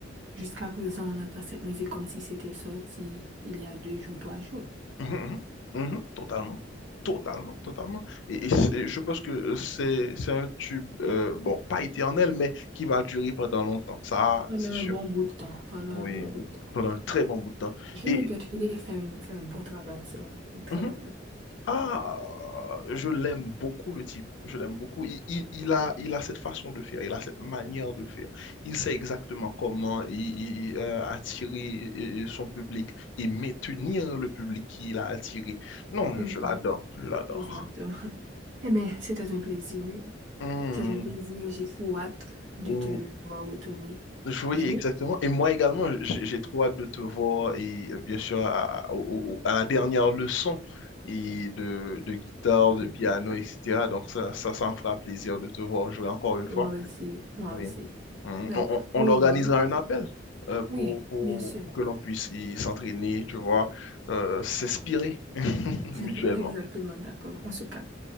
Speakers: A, on the right; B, on the left.
A: jusqu'à présent, on entend cette musique comme si c'était sorti il y a deux jours, trois jours.
B: Mhm, mhm, mhm, totalement. Totalement, totalement. Et, et c'est- je pense que c'est c'est un tube, euh, bon, pas éternel, mais qui va durer pendant longtemps. Ça,
A: Pendant
B: c'est sûr.
A: un bon bout de temps, pendant
B: Oui,
A: un bon bout de temps.
B: pendant un très bon bout de temps.
A: Je
B: Et
A: dois te filer faire, une- faire un bon travail en ce moment, un très
B: mhm.
A: bon. travail.
B: ah, je l'aime beaucoup le type. Je l'aime beaucoup. Il, il- il a, il a cette façon de faire, il a cette manière de faire. Il sait exactement comment il, il- euh, attirer euh, euh, son public et maintenir le public qu'il a attiré. Non,
A: Exact,
B: je l'adore, je l'adore.
A: exactement. Eh bien, c'était un plaisir, oui.
B: Hmm,
A: C'est un plaisir. J'ai trop hâte de
B: hmm.
A: te voir retourner
B: Oui,
A: jouer.
B: exactement. Et moi également, j'ai j'ai trop hâte de te voir et euh, bien sûr à, à- au- au- à la dernière leçon et de, de guitare, de
A: de
B: piano, etc. Donc ça, ça, ça me fera plaisir de te voir jouer encore une
A: Moi
B: fois.
A: aussi, moi
B: Oui.
A: aussi.
B: Mm.
A: Donc,
B: On, on- on
A: au
B: organisera
A: revoir.
B: un appel euh,
A: Oui,
B: pour, pour,
A: bien sûr.
B: pour que l'on puisse y s'entraîner, tu vois, euh, s'inspirer <laughs> mutuellement.
A: <laughs> Exactement, d'accord. On se capte.